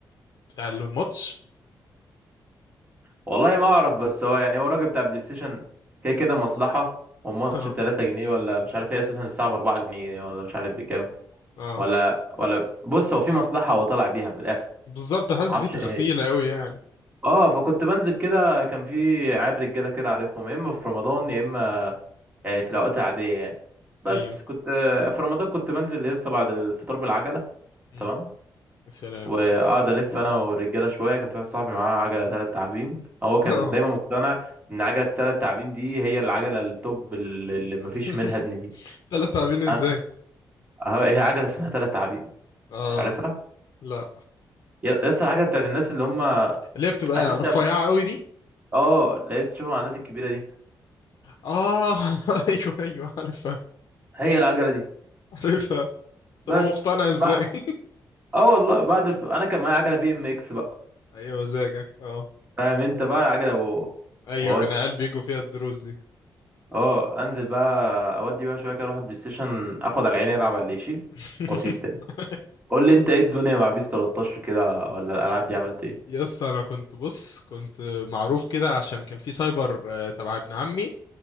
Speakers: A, on the left (about 60°); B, on the right (about 20°).
A: بتاع الماتش
B: والله ما اعرف بس هو يعني هو الراجل بتاع بلاي ستيشن كده كده مصلحه
A: مم.
B: والماتش
A: <laughs> اه
B: ب 3 جنيه ولا مش عارف ايه اساسا الساعه ب 4 جنيه ولا مش عارف بكام
A: اه
B: ولا ولا بص هو في مصلحه هو طالع بيها من الاخر
A: بالظبط حاسس
B: معرفش
A: فيه تخفيله
B: ايه هي
A: قوي يعني
B: اه فكنت بنزل كده كان في عيال رجاله كده عارفهم يا اما في رمضان يا اما يعني في
A: مم.
B: الاوقات العاديه يعني بس
A: ايوه
B: كنت آه، في رمضان كنت بنزل يا اسطى بعد الفطار بالعجله
A: مم.
B: تمام
A: يا سلام
B: واقعد الف انا والرجاله شويه كان في واحد صاحبي معاه عجله ثلاث تعابين هو كان
A: اه
B: دايما مقتنع ان عجله الثلاث تعابين دي هي العجله التوب اللي اللي مفيش
A: <laughs>
B: منها اتنين
A: تلات لاعبين ازاي
B: انا اه هي عجله اسمها ثلاث تعابين
A: اه
B: مش عارفها
A: لا
B: يا يا اسطى العجله بتاعت الناس اللي هم
A: اللي هي بتبقى
B: عارف انت
A: رفيعه قوي دي
B: اه لقيت تشوفها على الناس الكبيره دي
A: اه <laughs> ايوه ايوه عارفها
B: هي العجله دي
A: عارفها
B: بس
A: طب هو مقتنع ازاي
B: بقى
A: <laughs>
B: اه والله بعد الف... انا كان معايا عجله بي ام اكس بقى
A: ايوه مزاجك اه
B: فاهم انت بقى العجله و...
A: ايوه
B: وودي
A: كان العيال بيجوا فيها الدروس دي
B: اه انزل بقى اودي بقى شويه كده اروح البلاي ستيشن اخد على عيني العب على اللي يشيل
A: <laughs>
B: واطير تاني قول لي انت ايه الدنيا مع بيس 13 كده ولا الالعاب دي عملت ايه
A: يا اسطى انا كنت بص كنت معروف كده عشان كان في سايبر آه، تبع ابن عمي